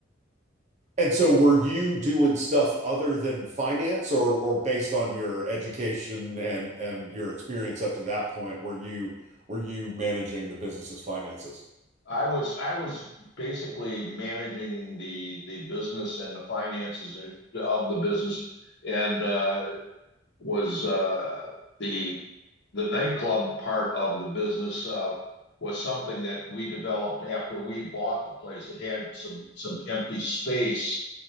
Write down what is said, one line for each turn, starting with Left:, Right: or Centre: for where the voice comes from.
Right: And so were you doing stuff other than finance or or based on your education and and your experience up to that point, were you were you managing the business's finances?
Left: I was I was basically managing the the business and the finances of the business, and uh, was uh, the the nightclub part of the business uh, was something that we developed after we bought the place. It had some some empty space